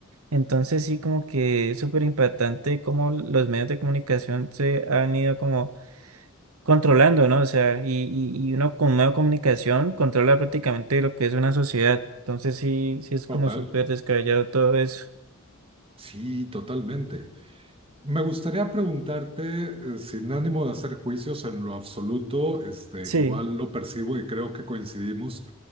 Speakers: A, on the right; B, on the right.
A: Entonces sí, como que es súper impactante cómo los medios de comunicación se han ido como controlando, ¿no? O sea, y, y, y uno con medio de comunicación controla prácticamente lo que es una sociedad. Entonces sí, sí es
B: total.
A: como súper descabellado todo eso.
B: Sí, totalmente. Me gustaría preguntarte, eh, sin ánimo de hacer juicios en lo absoluto, este,
A: Sí,
B: igual lo percibo y creo que coincidimos.